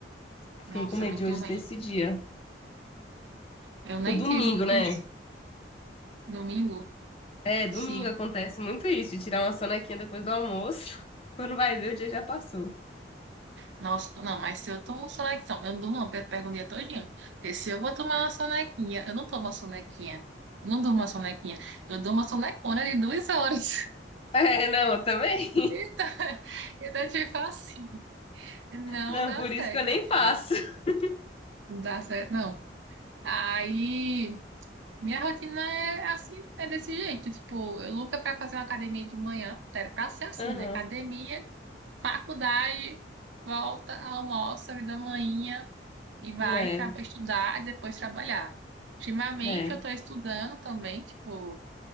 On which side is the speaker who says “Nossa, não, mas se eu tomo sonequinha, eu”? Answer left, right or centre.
Right